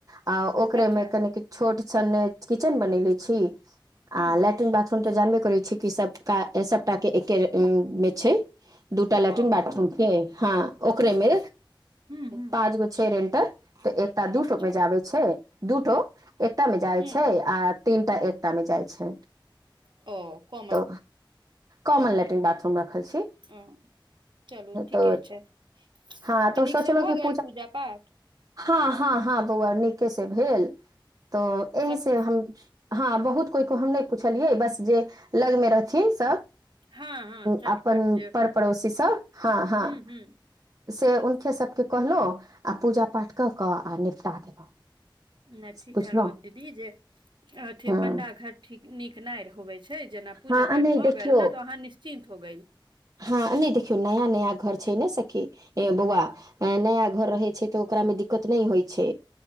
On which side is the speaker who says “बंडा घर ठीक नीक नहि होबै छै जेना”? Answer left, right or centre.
Right